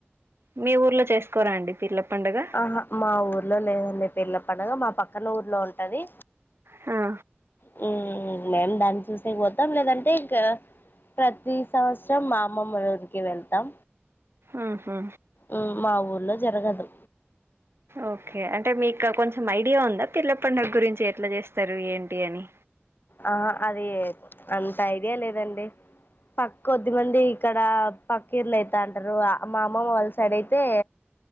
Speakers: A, on the right; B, on the left.
A: మీ ఊర్లో చేస్కోరా అండి పిర్ల పండగ
B: అహా మా ఊర్లో లేదండి పీర్ల పండగ మా పక్కనూర్లో ఉంటది
A: హా
B: హుమ్ మేము దాన్ని చూసే పోద్దాం లేదంటే ఇంకా. ప్రతి సంవత్సరం మా అమ్మమ్మలో ఊరికి వెళ్తాం.
A: ఊహూ
B: ఉ మా ఊర్లో జరగదు
A: ఓకే అంటే మీక్క కొంచెం ఐడియా ఉందా పీర్ల పండగ గురించి ఎట్ల జేస్తరు ఏంటి అని
B: ఆహా అది అంత ఐడియా లేదండి పక్కొద్దిమంది ఇక్కడ పక్కీర్లైతాంటరూ ఆ మా అమ్మమ్మ వాళ్ళ్ సైడ్ అయితే